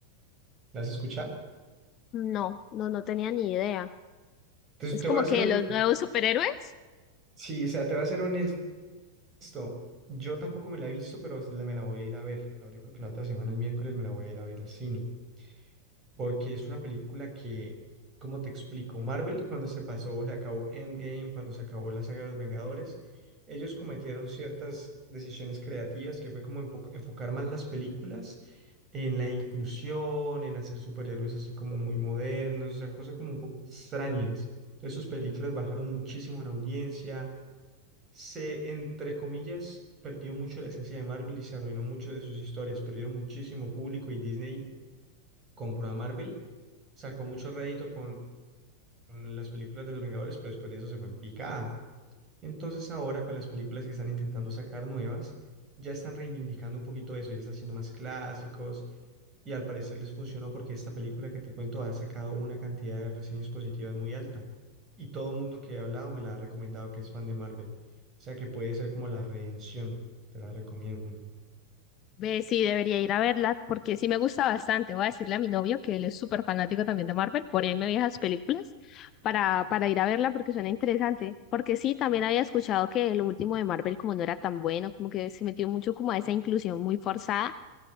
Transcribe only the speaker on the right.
¿La has escuchado?
Entonces
te
voy a ser
honesto.
Sí, o sea, te voy a ser honesto. Listo. Yo tampoco me la he visto, pero la- me la voy a ir a ver. La- Yo creo que la otra semana, el miércoles, me la voy a ir a ver al cine. Porque es una película que, como te explico, Marvel, cuando se pasó, se acabó Endgame, cuando se acabó la saga de los Vengadores, ellos cometieron ciertas decisiones creativas que fue como enfo- enfocar más las películas en la inclusión, en hacer superhéroes así como muy modernos, o sea, cosas como un poco extrañas. Entonces sus películas bajaron muchísimo en audiencia se, entre comillas, perdió mucho la esencia de Marvel y se arruinó mucho de sus historias. Perdieron muchísimo público y Disney compró a Marvel, sacó mucho rédito con con las películas de los Vengadores, pero después de eso se fue en picada. Entonces ahora con las películas que están intentando sacar nuevas, ya están reivindicando un poquito eso, ya están siendo más clásicos y al parecer les funcionó porque esta película que te cuento ha sacado una cantidad de reseñas positivas muy alta y todo el mundo que he hablado me la ha recomendado que es fan de Marvel. O sea que puede ser como la redención, te la recomiendo.